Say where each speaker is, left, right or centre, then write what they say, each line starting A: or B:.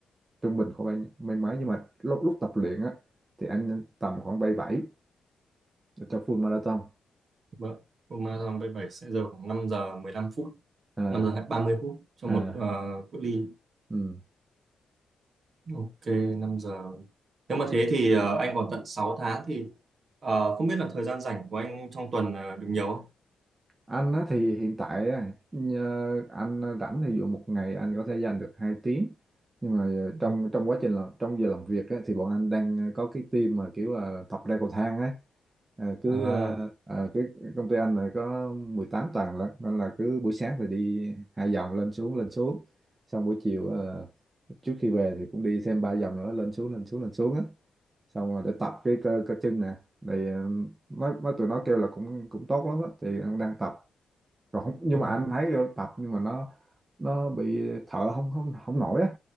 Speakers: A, on the right; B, on the right.
A: trung bình khoảng bao nhiêu- mấy mấy nhưng mà lúc lúc tập luyện á thì anh tầm khoảng bảy bảy cho full marathon
B: vâng. full marathon 77 sẽ giờ khoảng năm giờ mười lăm phút
A: à
B: 5 giờ 30 phút cho
A: à
B: một à, cự ly
A: ừ.
B: Ok năm giờ nếu mà thế thì à, anh còn tận 6 tháng thì à, không biết là thời gian rảnh của anh trong tuần à, được nhiều không?
A: anh á, thì hiện tại á, nhờ- anh rảnh thì dụ một ngày anh có thể dành được hai tiếng nhưng mà ờ, trong
B: Ừ.
A: trong quá trình làm trong giờ làm việc á, thì bọn anh đang có cái team mà kiểu là tập leo cầu thang á Ờ, cứ
B: À
A: ờ, ờ, cái công ty anh này có 18 tầng lận nên là cứ buổi sáng thì đi hai vòng lên xuống lên xuống xong buổi chiều ờ, trước khi về thì cũng đi thêm ba vòng nữa lên xuống lên xuống lên xuống á xong rồi để tập cái cơ, cơ chân nè thì ờ, mấy mấy tụi nó kêu là cũng cũng tốt lắm á thì anh đang tập rồi không nhưng
B: đúng
A: mà
B: rồi.
A: anh thấy vô tập nhưng mà nó nó bị thở không không không nổi á